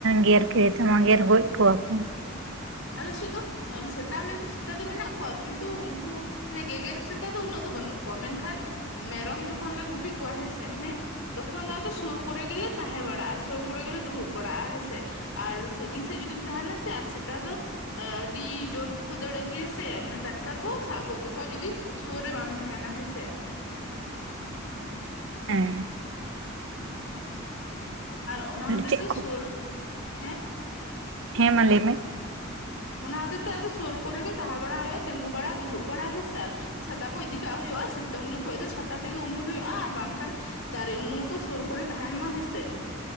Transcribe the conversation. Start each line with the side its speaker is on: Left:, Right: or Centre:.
Right: ᱜᱮᱨ ᱠᱮᱫᱮᱼᱼ ᱥᱮ ᱛᱮᱢᱟ ᱜᱮᱨ ᱦᱚᱡ ᱠᱚᱣᱟ ᱠᱚᱼᱼ
Left: ᱟᱞᱮ ᱪᱮᱫ ᱫᱚ ᱥᱮᱛᱟ ᱢᱮᱱᱛᱮ ᱥᱮᱛᱟ ᱫᱚ ᱢᱮᱱᱟᱜ ᱠᱚᱣᱟ ᱠᱤᱱᱛᱩ ᱩᱱᱠᱩᱼᱼ ᱢᱟᱱᱮ ᱜᱮᱜᱮᱨ ᱥᱮᱛᱟ ᱫᱚ ᱩᱱᱟᱹᱜ ᱫᱚ ᱵᱟᱹᱱᱩᱜ ᱠᱚᱣᱟ ᱢᱮᱱᱠᱷᱟᱱ ᱢᱮᱨᱚᱢ ᱡᱚᱠᱷᱚᱱ ᱞᱮ ᱜᱩᱯᱤ ᱠᱚᱣᱟ ᱦᱮᱸᱥᱮ ᱦᱮᱸ᱾ ᱛᱚᱠᱷᱚᱱ ᱫᱚ ᱟᱫᱚ ᱥᱩᱨ ᱠᱚᱨᱮ ᱜᱮᱞᱮ ᱛᱟᱦᱮᱸ ᱵᱟᱲᱟᱜᱼᱟ ᱥᱳᱨ ᱠᱚᱨᱮ ᱜᱮᱞᱮ ᱫᱩᱲᱩᱵ ᱵᱟᱲᱟᱜᱼᱟ ᱦᱮᱸᱥᱮ᱾ ᱟᱨ ᱥᱟᱺᱜᱤᱧ ᱥᱮᱫ ᱡᱩᱫᱤᱢ ᱛᱟᱦᱮᱱᱟ ᱥᱮ ᱟᱨ ᱥᱮᱛᱟᱼᱼ ᱥᱮᱛᱟ ᱫᱚ ᱟᱹᱰᱤ ᱡᱳᱨ ᱛᱮᱠᱚ ᱫᱟᱹᱲ ᱟᱹᱜᱩᱭᱟ ᱥᱮ ᱢᱟᱱᱮ ᱴᱟᱴᱠᱟ ᱠᱚ ᱥᱟᱵ ᱜᱚᱫ ᱠᱟᱠᱚᱣᱟ ᱡᱩᱫᱤᱼᱼ ᱥᱳᱨ ᱨᱮ ᱵᱟᱢ ᱛᱟᱦᱮᱱᱟ ᱦᱮᱸ ᱥᱮ,
Right: ᱦᱮᱸ,
Left: ᱟᱨ ᱚᱱᱟ ᱦᱚᱛᱮ-ᱛᱮ
Right: ᱪᱮᱫ ᱠᱚ
Left: ᱥᱩᱨ ᱦᱮᱸ
Right: ᱦᱮᱸ ᱢᱟ ᱞᱟᱹᱭ ᱢᱮ,
Left: ᱚᱱᱟ ᱦᱚᱛᱮ ᱛᱮ ᱟᱫᱚ ᱥᱳᱨ ᱠᱚᱨᱮ ᱜᱮ ᱛᱟᱦᱮᱸ ᱵᱟᱲᱟ ᱦᱩᱭᱩᱜᱼᱟ, ᱛᱤᱸᱜᱩ ᱵᱟᱲᱟ, ᱫᱩᱲᱩᱵ ᱵᱟᱲᱟ, ᱦᱮᱸᱥᱮ ᱟᱨ ᱪᱷᱟᱛᱟ ᱠᱚ ᱤᱫᱤ ᱠᱟᱜ ᱦᱩᱭᱩᱜᱼᱟ, ᱥᱤᱛᱩᱝ ᱡᱚᱠᱷᱚᱡ ᱫᱚ ᱪᱷᱟᱛᱟ ᱛᱮᱜᱮ ᱩᱢᱩᱞ ᱦᱩᱭᱩᱜᱼᱟ, ᱟᱨ ᱵᱟᱝᱠᱷᱟᱱ ᱫᱟᱨᱮ ᱩᱢᱩᱞ ᱠᱚ ᱥᱳᱨ ᱠᱚᱨᱮ ᱛᱟᱦᱮᱱ ᱢᱟ ᱦᱮᱸᱥᱮ?